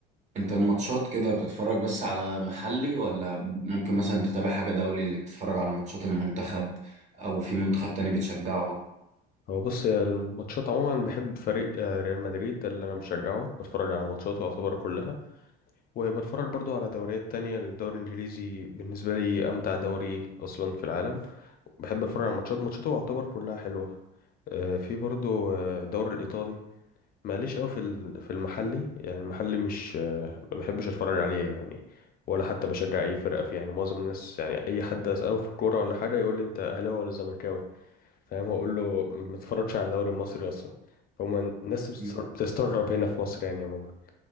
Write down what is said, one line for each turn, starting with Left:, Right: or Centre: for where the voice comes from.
Right: انت الماتشات كده بتتفرج بس على محلي ولا ممكن مثلا تتابع حاجة دولي تتفرج على ماتشات المنتخب او في منتخب تاني بتشجعه
Left: هو بص يا الماتشات عموما بحب فريق آه، ريال مدريد ده اللي انا بشجعه بتفرج على ماتشاته يعتبر كلها وبتفرج برضو على دوريات تانية الدوري الانجليزي بالنسبة لي امتع دوري اصلا في العالم بحب اتفرج على ماتشات ماتشاته يعتبر كلها حلوه آه، في برضو آه، الدوري الايطالي ماليش قوي في ال- في المحلي يعني المحلي مش آه، ما بحبش اتفرج عليه يعني ولا حتى بشجع اي فرقه فيه يعني معظم الناس يعني اي حد اساله في الكوره ولا حاجه يقول لي انت اهلاوي ولا زملكاوي فاهم هقول له ما اتفرجش على الدوري المصري اصلا فهم الناس بتستغر-
Right: مم.
Left: بتستغرب هنا في مصر يعني يا ماما